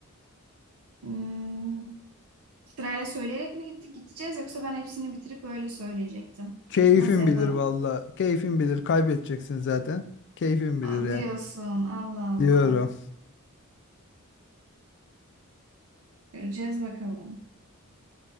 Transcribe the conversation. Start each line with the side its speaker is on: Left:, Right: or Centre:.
Right: Hmm, sırayla söyleyerek mi git- gideceğiz yoksa ben hepsini bitirip öyle söyleyecektim.
Left: Keyfin
Right: Nasıl yapalım?
Left: bilir valla. Keyfin bilir. Kaybedeceksin zaten. Keyfin bilir
Right: Aa,
Left: ya.
Right: diyorsun. Allah Allah.
Left: Diyorum.
Right: Göreceğiz bakalım.